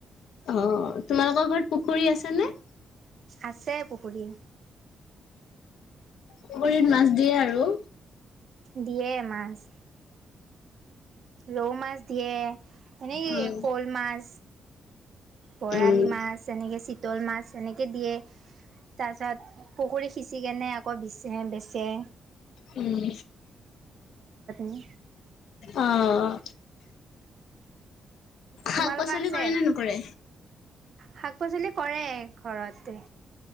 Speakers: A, on the left; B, on the right.
A: অ', তোমালোকৰ ঘৰত পুখুৰী আছে নে?
B: আছে পুখুৰী।
A: পুখুৰিত মাছ দিয়ে আৰু।
B: দিয়ে মাছ। ৰৌ মাছ দিয়ে। হেনেকেই
A: উম,
B: শ'ল মাছ। বৰালি
A: উম,
B: মাছ, এনেকে চিতল মাছ, এনেকে দিয়ে তাৰ পিছত পুখুৰী সিঁচিকেনে আকৌ বিচে-বেচে।
A: উম,
B: নি
A: অ'।
B: তোমালোকৰ
A: শাক-পাচলি
B: আছে?
A: কৰে নে নকৰে?
B: শাক পাচলি কৰে। ঘৰতে।